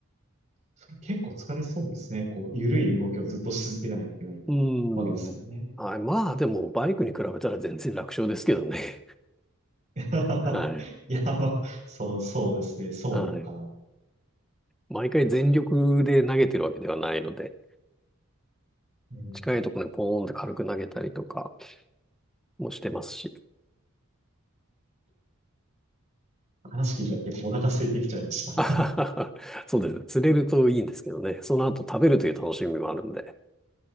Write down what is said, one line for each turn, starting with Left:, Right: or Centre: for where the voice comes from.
Right: それ結構疲れそうですね。こう、ゆるい動きをずっとし続けてないといけない
Centre: うーん。
Right: わけですもんね。
Centre: はい。まあでもバイクに比べたら全然楽勝ですけどね。
Right: <laughs>
Centre: <laughs> はい。
Right: いや、まあ、そう、そうですね。そうなのかな。
Centre: はい。毎回全力で投げてるわけではないので、
Right: うん。
Centre: 近いところにポーンって軽く投げたりとかもしてますし。
Right: 話聞いただけでお腹空いてきちゃいました。
Centre: <laughs> あはははそうですね。釣れるといいんですけどね。その後食べるという楽しみもあるんで。